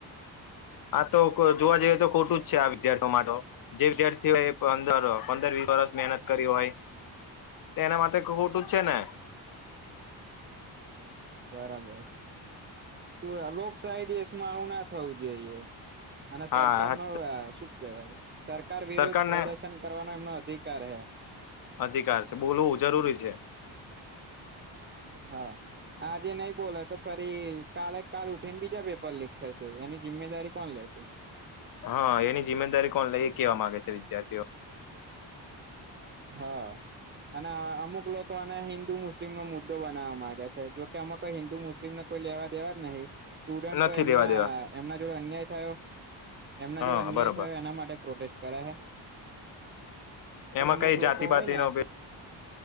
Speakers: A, on the left; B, on the right.
A: આ તો જોવા જઈએ તો ખોટું જ છે. આ વિદ્યાર્થીઓ માટે જે વિદ્યાર્થી હોય પંદર પંદર વીસ વરષ મહેનત કરી હોય એના માટે ખોટું જ છે ને
B: બરાબર છે. લોકશાહી દેશમાં આવું ના થવું જોઈએ અને
A: હા
B: સરકાર નો શું કેવાય સરકાર વિરોુદધ
A: સરકારને
B: પ્રદર્શન કરવાનો એમનો અધિકાર હૈ.
A: અધિકાર છે બોલવું જરૂરી છે.
B: હા. આજે નહી બોલો તો ફરી કાલે, કાલ ઉઠીને બીજા પેપર લીક થશે એની જિમ્મેદારી કોણ લેશે
A: હા એની જિમ્મેદારી કોણ લે એ કેવા માગે છે. વિદ્યાર્થીઓ
B: હા. અને અમુક લોકો આને હિન્દુ મુસ્લિમનોો મુદ્દો બનાવા ગે છે. જોકે અમુ કોઈ હિન્દુ મુસ્લિમને કોઈ લેવા દેવા જ નહીિ સ્ટુડન્ટ
A: નથી
B: તો એમના
A: લેવા દેવા
B: એમના જોડે અન્યાય થયો એમના
A: હા
B: જોડે અન્યાય
A: બરોબર
B: થયો એના માટે પ્રોટેસ્ટ કર્યા છે. પણ
A: એમાં
B: અમુક
A: કઈ
B: લોકો
A: જાતિ
B: હોય
A: બાતિનો
B: ને